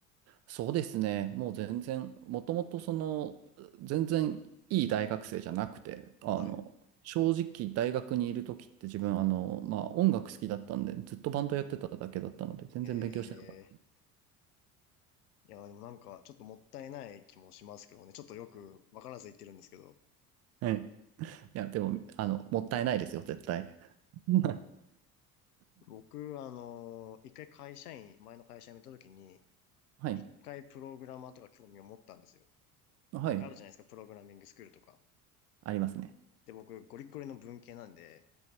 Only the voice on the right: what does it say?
そうですね。もう全然、もともとその、全然いい大学生じゃなくて、あの、
正直大学にいる時って自分、あの、まあ音楽好きだったんで、ずっとバンドやってただけだったので、全然勉強してなかっ
た。はい。いや、でも、あの、もったいないですよ、絶対。うん
はい。
はい。
ありますね。